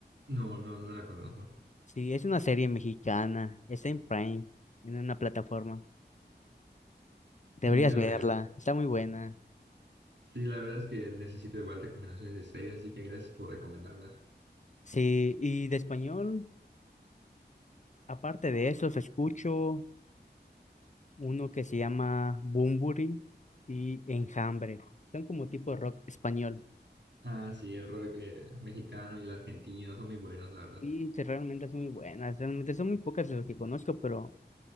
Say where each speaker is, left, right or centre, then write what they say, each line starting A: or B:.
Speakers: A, on the right (about 70°); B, on the left (about 40°).
A: No, no, no la conozco.
B: Sí, es una serie mexicana, está en Prime, en una plataforma. Deberías
A: Mm, Ya
B: verla,
A: veo.
B: está muy buena.
A: Sí, la verdad es que necesito igual recomendaciones de series, así que gracias por recomendarla.
B: Sí, y de español, aparte de esos, escucho uno que se llama Bunbury y Enjambre. Son como tipo rock español.
A: Ah, sí, el rock eh, mexicano y el argentino son muy buenos, la verdad.
B: Y sí, realmente son muy buenas, realmente son muy pocas de lo que conozco, pero